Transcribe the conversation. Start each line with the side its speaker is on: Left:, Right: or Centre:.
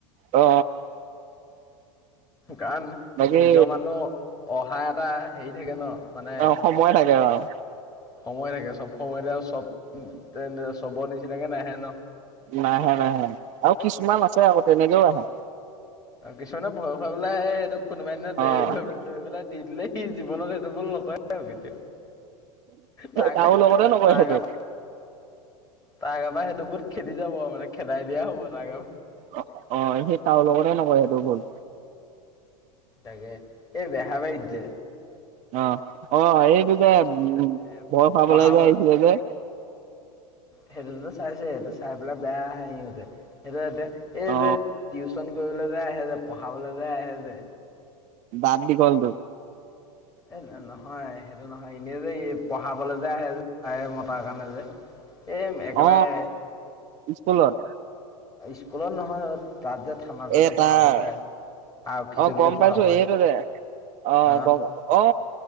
Right: অ।
Left: কাৰণ
Right: বাকী
Left: নিজৰ মানুহ অহা এটা হেৰি থাকে ন। মানে
Right: অ সময় থাকে আৰু
Left: সময় থাকে চব সময়তে আৰু চব তে চবৰ নিচিনাকে নাহে ন।
Right: নাহে নাহে আৰু কিছুমান আছে আকৌ তেনেকেও আহে।
Left: কিছুমানে ভয় খুৱাবলে আহে সেইটো কোনোবাই এনা
Right: অ
Left: দৰিবেলাই দি দিলে সি জীৱনত সেইটো ভুল নকৰে আৰু কেতিয়াও। তাক
Right: কাৰো লগতে নকৰে
Left: তাকাপ
Right: সেইটো
Left: তাকাপ সেইটো ভূত খে- দি যাব মানে। খেদাই দিয়া হ'ব তাৰ গাৰ
Right: অ অ সেই তাৰ লগতে নকৰে সেইটো ভুল।
Left: তাকে এই বেহা বাৰিত যে
Right: অ অ এইটো যে উম
Left: এ
Right: বৰ খাবলৈই
Left: পঢ়াব
Right: যে আহিছিলে যে।
Left: সেইটোতো চাইছে সেইটো চাই পেলাই বেয়া আহে সিহঁতে সেইটো এতিয়া এই
Right: অ
Left: যে টিউচন কৰিবলৈ যাই আহে যে পঢ়াবলৈ যে আহে যে।
Right: দাত দীঘল টো।
Left: এ নহয় সেইটো নহয় এনেই যে পঢ়াবলৈ যে আহে যে মতাৰ কাৰণে যে। এ একেবাৰে
Right: অ স্কুলত
Left: স্কুলত নহয়ত তাত যে থানতে
Right: এ
Left: যে
Right: তাৰ
Left: পঢ়াব যে আহি যায়। আৰক্ষী
Right: অ
Left: চকীতে
Right: গম
Left: পঢ়াব
Right: পাইছো এইটো যে অ
Left: আহ
Right: গম প অ।